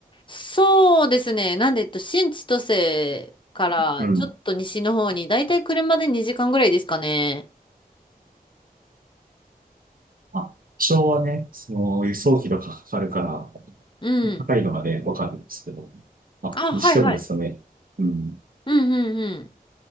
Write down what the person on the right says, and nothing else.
うん。
あ、昭和ね、その輸送費とかかかるから、
高いのがね、わかるんですけど。あ、
にしてもですね、
うん。